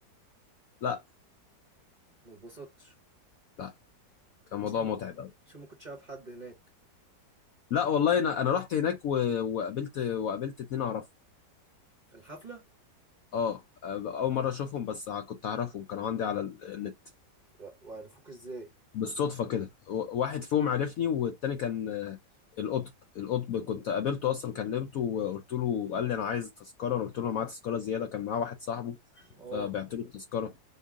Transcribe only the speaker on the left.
لا
لا كان موضوع
متعب قوي
لا والله انا انا رحت هناك و... وقابلت وقابلت اتنين اعرفهم
اه اول مرة اشوفهم بس ع- كنت اعرفهم كانوا عندي على النت
بالصدفة كده و- واحد فيهم عرفني والتاني كان آه، القطب القطب كنت قابلته أصلا كلمته وقلت له وقال لي أنا عايز تذكرة أنا قلت له أنا معايا تذكرة زيادة كان معاه واحد صاحبه
فبعت له التذكرة